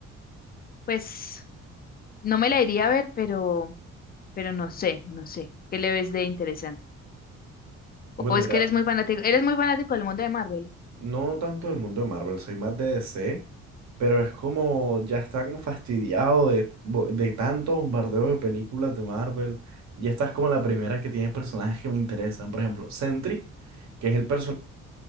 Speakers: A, on the left; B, on the right.
A: pues no me la iría a ver, pero, pero no sé, no sé, ¿qué le ves de interesante?
B: bueno,
A: O es
B: mira,
A: que eres muy fanático, eres muy fanático del mundo de Marvel.
B: no tanto del mundo de Marvel, soy más de DC, pero es como ya está como fastidiado de, bo- de tantos bombardeos de películas de Marvel. Y esta es como la primera que tiene personajes que me interesan. Por ejemplo, Sentry, que es el personaje